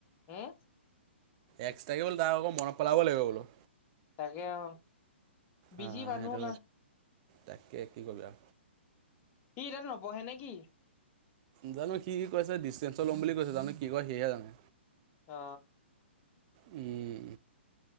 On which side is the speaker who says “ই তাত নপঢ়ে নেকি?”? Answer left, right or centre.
Left